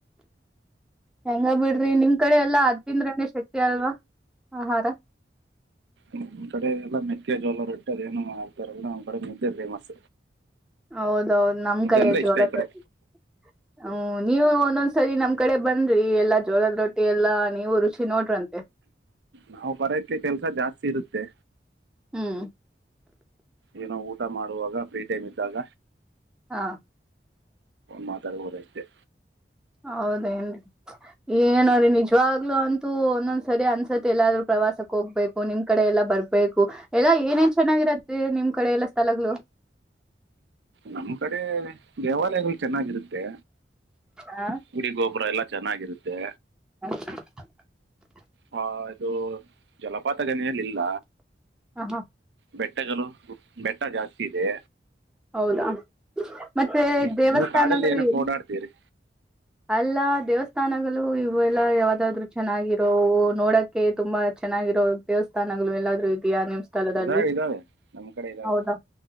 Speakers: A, in the centre; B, on the right.
A: ಹೆಂಗ ಬಿಡ್ರಿ ನಿಮ್ ಕಡೆ ಎಲ್ಲಾ ಅದ ತಿಂದ್ರನೆೇ ಶಕ್ತಿ ಅಲ್ವಾ ಆಹಾರ
B: ನಿಮ್ ಕಡೆ ಎಲ್ಲ ಮೆಕ್ಕೆ ಜೋಲ ರಟ್ಟೆ ಅದೇನು ಲ್ಲ ಬಡ ಮುದೆ ಫೇಮಸ್
A: ಹೌದೌದು ನಮ್
B: ಮುದ್ದೆ
A: ಕಡೆ
B: ಅಂದ್ರೆ
A: ಜೋಳದ
B: ಇಷ್ಟ ಈ ಕಡೆ
A: ರೊಟ್ಟಿ ಹ್ಮ ನೀವು ಒಂದೊಂದ್ ಸರಿ ನಮ್ ಕಡೆ ಬಂದ ೀ ಎಲ್ಲಾ ಜೋರದ್ ರೊಟ್ಟಿ ಎಲ್ಲಾ ನೀವು ರುಚಿ ನೋಡ್ರಂತೆ
B: ನಾವು ಬರೋಕ್ಕ್ಕೆ ಕೆಲ್ಸ ಜಾಸ್ತಿ ಇರುತ್ತೆ
A: ಹ್ಮ್
B: ಏನೋ ಊಟ ಮಾಡುವಾಗ ಫ್ರೀ ಟೈಮ್ ಇದ್ದಾಗ
A: ಹಾ.
B: ಮಾತಾಡ್ಬಹುದಷ್ಟೇ.
A: ಹೌದೇನ್ರಿ ಏನೋ್ರೀ ನಿಜವಾಗ್ಲುೂ ಅಂತೂ ಒಂದೊಂದ್ ಸರಿ ಅನ್ಸತ್ತ ಎಲ್ಲಾದ್ರೂ ಪ್ರವಾಸಕ್ ಹೋಗ್ಬೇಕು ನಿಮ್ ಕಡೆ ಎಲ್ಲಾ ಬರ್ಬೇಕು ಎಲ್ಲಾ ಏನೇನ್ ಚೆನ್ನಾಗಿರತ್ತರಿ ನಿಮ್ ಕಡೆ ಎಲ್ಲಾ ಸ್ಥಳಗಳು.
B: ನಮ್ಮ್ ಕಡೆ ದೇವಾಲಯಗಳು ಚೆನ್ನಾಗಿರುತ್ತೆ
A: ಹಾ
B: ಗುಡಿ ಗೊಪುರ ಎಲ್ಲಾ ಚೆನ್ನಾಗಿರುತ್ತೆ.
A: ಹ. <inaudible>
B: ಹಾ ಇದು ಜಲಪಾತಗಳೆಳಾ ಇಲ್ಲ.
A: ಹ ಹಾ.
B: ಬೆಟ್ಟಗಳು ಬೆಟ್ಟ ಜಾಸ್ತಿ ಇದೆ.
A: ಹೌದಾ ಮತ್ತೆ
B: ನೀ-
A: ದೇವಸ್ಥಾನಗಳುನು
B: ನೀವು ಕಾಡಲ್ಲಿ ಏನೋ ಓಡಾಡ್ತೀರಿ
A: <inaudible> ಅಲ್ಲ ದೇವಸ್. ಸ್ಥಾನಗಳು ಇವು ಎಲ್ಲ ಯಾವದಾದ್ರು ಚೆನ್ನಾಗಿರೋ ನೋಡಕ್ಕೆೆ ತುಂಬಾ ಚೆನ್ನಾಗಿರೋ ದೇವಸ್ಥಾನಗಳು ಎಲ್ಲಾದ್ರೂ ಇದೆಯ. ಸ್ಥದಲ್ಲಿ
B: ಇದಾವೆ ಇದಾವೆ ನಮ್ಮ ಕಡೆ ಇದಾವೆ
A: ಹೌದಾ